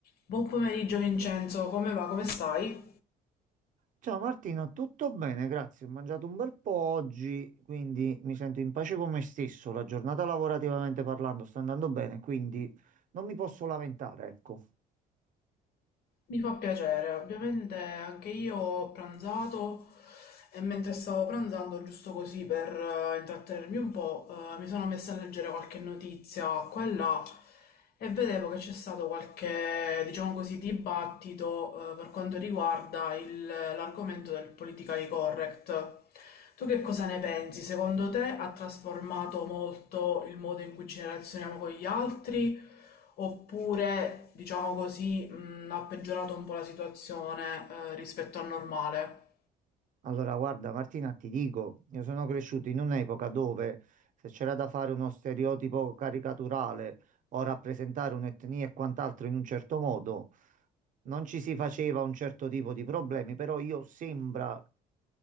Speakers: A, on the left; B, on the right.
A: Buon pomeriggio Vincenzo, come va? Come stai?
B: Ciao Martina, tutto bene? Grazie. Ho mangiato un bel po' oggi, quindi mi sento in pace con me stesso. La giornata lavorativamente parlando sta andando bene, quindi non mi posso lamentare, ecco.
A: Mi fa piacere, ovviamente anche io ho pranzato e mentre stavo pranzando, giusto così per eh, intrattenermi un po', eh, mi sono messa a leggere qualche notizia qua e là e vedevo che c'è stato qualche, diciamo così, dibattito eh, per quanto riguarda il- l'argomento del politically correct. Tu che cosa ne pensi? Secondo te ha trasformato molto il modo in cui ci relazioniamo con gli altri? Oppure, diciamo così, mh, ha peggiorato un po' la situazione, eh, rispetto al normale?
B: Allora, guarda, Martina, ti dico, io sono cresciuto in un'epoca dove se c'era da fare uno stereotipo caricaturale o rappresentare un'etnia e quant'altro in un certo modo, non ci si faceva un certo tipo di problemi, però io sembra